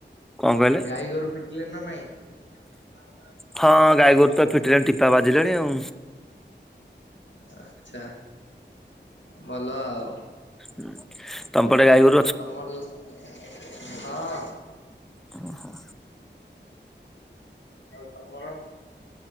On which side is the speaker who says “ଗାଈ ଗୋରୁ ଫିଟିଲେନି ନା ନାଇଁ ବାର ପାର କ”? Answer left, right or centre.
Left